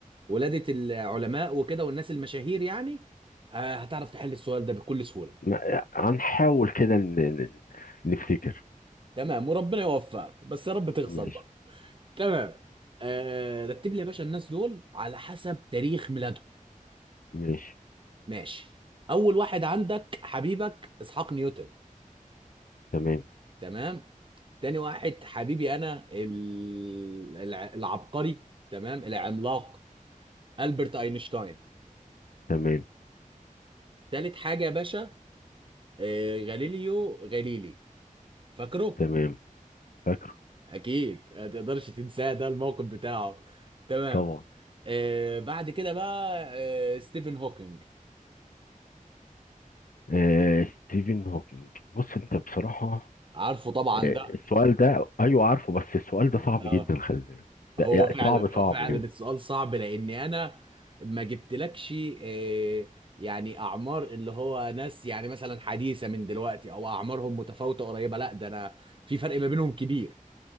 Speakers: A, on the right; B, on the left.
A: ولادة العلماء وكده والناس المشاهير يعني آه، هتعرف تحل السؤال ده بكل سهولة
B: ما- هنحاول كده ن- ن- نفتكر
A: تمام وربنا يوفقك بس يا رب تخسر
B: ماشي
A: برضه تمام آه، رتب لي يا باشا الناس دول على حسب تاريخ ميلادهم
B: ماشي
A: ماشي اول واحد عندك حبيبك اسحاق نيوتن
B: تمام
A: تمام تاني واحد حبيبي انا ال- الع- العبقري تمام العملاق البرت اينشتاين
B: تمام
A: تالت حاجه يا باشا آه، غاليليو غاليلي فاكره
B: تمام فاكره
A: اكيد ما تقدرش تنساه ده الموقف بتاعه تمام
B: طبعا
A: آه، بعد كده بقى آه، ستيفن هوكينج
B: آه ستيفن هوكينج بص انت بصراحة
A: عارفه طبعا
B: آه
A: ده
B: السؤال ده ايوه عارفه بس السؤال ده صعب
A: آه.
B: جدا خلي بالك ده-
A: هو
B: يعني
A: فعلا
B: صعب صعب
A: هو فعلا
B: يعني
A: السؤال صعب لاني انا ما جبتلكش آه، يعني اعمار اللي هو ناس يعني مثلا حديثه من دلوقتي او اعمارهم متفاوته قريبه لا ده انا في فرق ما بينهم كبير